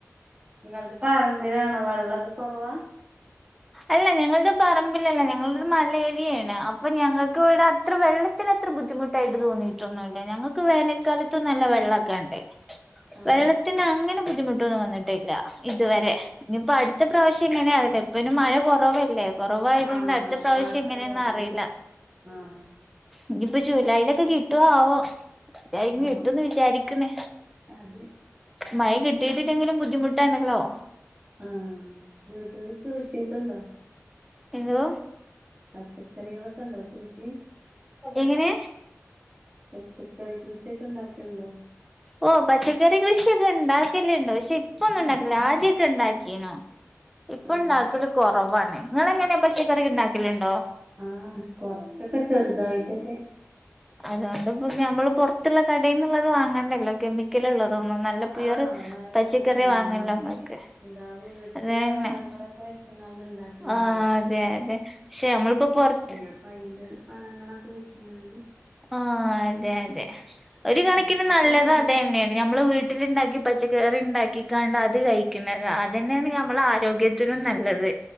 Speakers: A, on the right; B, in the centre.
A: നിങ്ങൾതെ പറമ്പിലാണോ വെള്ളൊക്കെ കൊറവാ?
B: അല്ല ഞങ്ങൾതെ പറമ്പിലല്ല ഞങ്ങൾതൊരു മലേര്യണ് അപ്പൊ ഞങ്ങക്ക് ഇവടെ ത്ര വെള്ളത്തിന് അത്ര ബുദ്ധിമുട്ടായിട്ട് തോന്നിട്ടൊന്നുമില്ല ഞങ്ങക്ക് വേനൽക്കാലത്തും നല്ല വെള്ളക്കെണ്ട്.
A: ആഹ്
B: വെള്ളത്തിന് അങ്ങനെ ബുദ്ധിമുട്ടൊന്നും വന്നിട്ടില്ല ഇതുവരെ ഇനിയിപ്പോ അട് ത്ത പ്രാവശ്യം എങ്ങനെ അറീല്ല ഇപ്പ പിന്നെ മഴ കൊറവല്ലേ. കൊറവായതൊണ്ട്
A: ആഹ്
B: അട്ത്ത
A: ഇപ്രാവശ്യം
B: പ്രാവശ്യം എങ്ങനെന്ന്
A: കൊറവുണ്ട്.
B: അറീല്ല.
A: ആഹ്
B: ഇനിയിപ്പോ ജൂലൈലൊക്കെ കിട്ടോ ആവോ
A: ആഹ്
B: കിട്ടുമന്ന് വിചാരിക്ക്ണ്.
A: അതെ.
B: മഴ കിട്ടിട്ടില്ലെങ്കിലും ബുദ്ധിമുട്ടാണല്ലോ.
A: ആഹ് ‌വീട്ടില് കൃഷിയൊക്കെ ഇണ്ടോ?
B: എതോ?
A: പച്ചക്കറികളൊക്കെ ഇണ്ടോ കൃഷി?
B: എങ്ങനെ
A: പച്ചക്കറി കൃഷിയൊക്കെ ഇണ്ടാക്കേണ്ടോ?
B: ഓ പച്ചക്കറി കൃഷിയൊക്കെ ഇണ്ടാക്കല്ണ്ട് പക്ഷെ ഇപ്പൊന്നും ഉണ്ടാക്കല്ല ആദ്യൊക്കെ ഇണ്ടാക്കീനു. ഇപ്പ
A: ആഹ്
B: ഇണ്ടാക്കല് കൊറവാണ് നിങ്ങളെങ്ങനെ പച്ചക്കറിക്കെ ഇണ്ടാക്കല്ണ്ടോ?
A: ആഹ് കൊർച്ചൊക്കെ ചെർതായിട്ടൊക്കെ.
B: അതോണ്ട്പ്പം ഞമ്മള് പൊർത്ത്ള്ള കടേന്നുള്ളത് വാങ്ങണ്ടല്ലോ കെമി കെമിക്കലുള്ളതൊന്നും നല്ല പ്യൂർ
A: ആഹ് നല്ലതാണ്
B: പച്ചക്കറി വാങ്ങല്ലോങ്ങക്ക്
A: നമ്മളെ എന്താ വീട്ടിലില്ല
B: അത്തന്നെ.
A: വളങ്ങളൊക്കെ വെച്ചങ്ങാണ്ട് ഇണ്ടാക്കണതല്ലേ
B: ആഹ് അതെ അതെ പക്ഷെ നമ്മൾപ്പോ പൊർത്ത്
A: അപ്പ അയ്ന്റെ വളങ്ങളൊക്കെ വെച്ചിങ്ങാണ്ട്
B: ആഹ് അതെ അതെ ഒര് കണക്കിന്
A: ഇപ്പ അതൊന്നുല്ല
B: നല്ലത് അതന്നെയാണ് നമ്മൾ വീ വീട്ടില് ഉണ്ടാക്കി പച്ചക്കറി ഉണ്ടാക്കി ക അത് കഴിക്കുന്നത് അത് തന്നെയാണ് നമ്മുടെ ആരോഗ്യ ത്തിനും നല്ലത്.